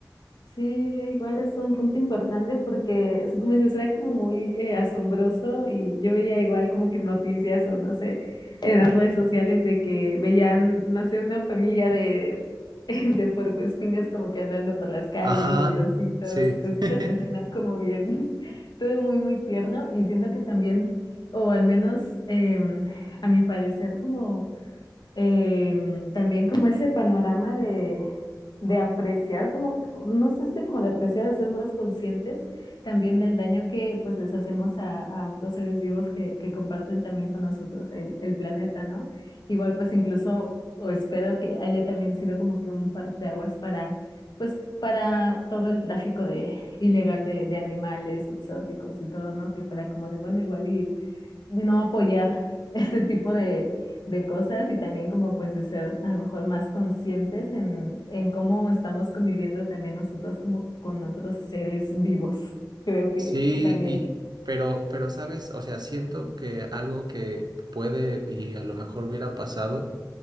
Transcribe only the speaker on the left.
Sí, igual es un punto importante porque, así como dices, era como muy eh, asombroso y yo veía igual como que noticias o no sé, en las redes sociales de que veían, no sé, una familia de, <laughs> de puercoespines como que andando por las calles
o de ositos
o cositas
así, ¿no? Como bien, <laughs> todo muy, muy tierno y siento que también, o al menos em, a mi parecer, como em, también como ese panorama de, de apreciar, como, no sé si como de apreciar, de ser más conscientes también del daño que pues les hacemos a, a otros seres vivos que, que comparten también con nosotros el, el planeta, ¿no? Igual pues incluso, o espero que haya también sido como que un parteaguas para, pues para todo el tráfico de, ilegal de, de animales exóticos y todo, ¿no? Que fuera como de, bueno, igual y no apoyar <laughs> ese tipo de de cosas y también como pues de ser a lo mejor más conscientes en, en cómo estamos conviviendo también nosotros como con otros seres vivos. Creo que
también.